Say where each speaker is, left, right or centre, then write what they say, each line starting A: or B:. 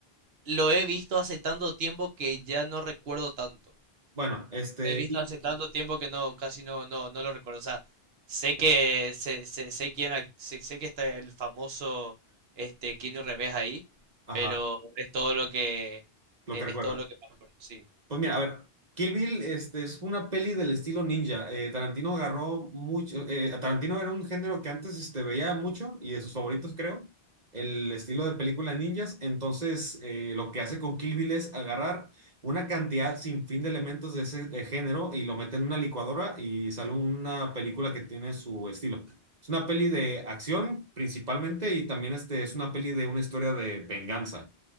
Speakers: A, on the right; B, on the right.
A: lo he visto hace tanto tiempo que ya no recuerdo tanto.
B: Bueno, este,
A: Lo he visto
B: y-
A: hace tanto tiempo que no, casi no, no, no lo recuerdo. O sea, sé que sé, sé, sé quién ac- sé, sé que está el famoso este Keanu Reeves ahí,
B: ajá,
A: pero es todo lo que
B: lo
A: eh,
B: que recuerdas.
A: es todo lo que me acuerdo, sí.
B: Pues mira, a ver, Kill Bill este, es una peli del estilo ninja. Eh, Tarantino agarró mucho. eh, Tarantino era un género que antes este, veía mucho y de sus favoritos, creo. El estilo de película ninjas. Entonces, eh, lo que hace con Kill Bill es agarrar una cantidad sin fin de elementos de ese de género y lo mete en una licuadora y sale una película que tiene su estilo. Es una peli de acción principalmente y también este, es una peli de una historia de venganza.